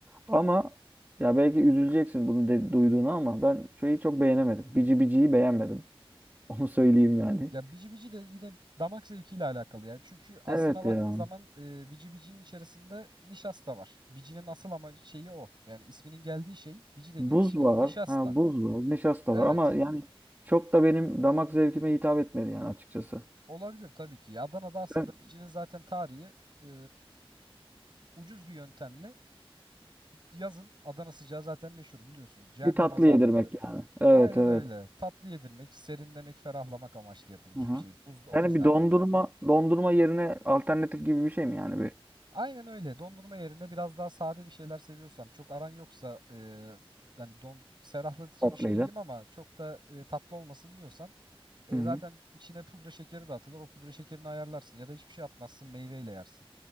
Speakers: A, on the right; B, on the right.
A: Ama ya belki üzüleceksin bunu de, duyduğuna ama ben şeyi çok beğenemedim. Bici biciyi beğenmedim. <laughs> Onu söyleyeyim yani.
B: Ya bici bici de yine damak zevkiyle alakalı ya. Çünkü aslına
A: Evet
B: baktığın
A: ya.
B: zaman e, bici bicinin içerisinde nişasta var. Bicinin asıl ama şeyi o. Yani isminin geldiği şey bici dediğimiz
A: Buz
B: şey
A: var.
B: nişasta.
A: Ha buz var. Nişasta
B: Evet.
A: var ama yani çok da benim damak zevkime hitap etmedi yani açıkçası.
B: Olabilir tabii ki. Ya Adana'da aslında
A: Ben
B: bicinin zaten tarihi e, ucuz bir yöntemle yazın Adana sıcağı zaten meşhur biliyorsun. Cehennem
A: bir tatlı
B: azabı
A: yedirmek
B: gibi.
A: yani. Evet
B: Aynen
A: evet.
B: öyle. Tatlı yedirmek, serinlemek, ferahlamak amaçlı yapılmış
A: Aha.
B: bir şey. Buzda o
A: Yani
B: yüzden
A: bir dondurma
B: var zaten.
A: dondurma yerine alternatif gibi bir şey mi yani bir
B: Aynen öyle. Dondurma yerine biraz daha sade bir şeyler seviyorsan, çok aran yoksa e, yani don ferahlatıcı
A: tatlıyla?
B: bir şey yiyeyim ama çok da e, tatlı olmasın diyorsan e,
A: Hı hı.
B: zaten içine pudra şekeri de atılır. O pudra şekerini ayarlarsın ya da hiçbir şey atmazsın, meyveyle yersin.